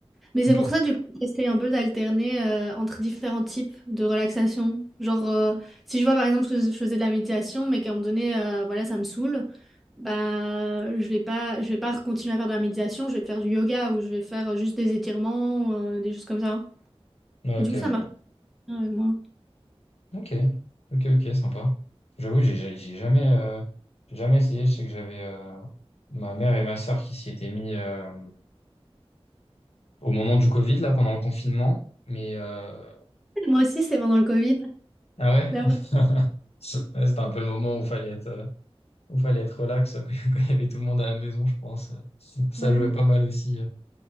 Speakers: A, in the centre; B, on the left.
A: Mais
B: Ok.
A: c'est pour ça, du coup, j'essaie un peu d'alterner euh, entre différents types de relaxation. Genre, euh, si je vois par exemple que je faisais de la méditation, mais qu'à un moment donné, euh, voilà, ça me saoule, bah, je vais pas, je vais pas continuer à faire de la méditation. Je vais faire du yoga ou je vais faire euh, juste des étirements, euh, des choses comme ça. hein.
B: Ouais,
A: Du
B: Ok,
A: coup, ça
B: je
A: marche
B: vois.
A: bien avec moi.
B: Ok, ok, ok, sympa. J'avoue, j'ai j'ai- j'ai jamais, euh, j'ai jamais essayé. Je sais que j'avais euh, ma mère et ma sœur qui s'y étaient mis euh, au moment du Covid, là, pendant le confinement. Mais euh,
A: Moi aussi, c'était pendant le Covid.
B: ah ouais,
A: La vraie-
B: <laughs> c'était un peu le moment où fallait être, euh, où fallait être relax <laughs> quand il y avait tout le monde à la maison, je pense. Ça
A: ouais.
B: jouait pas mal aussi.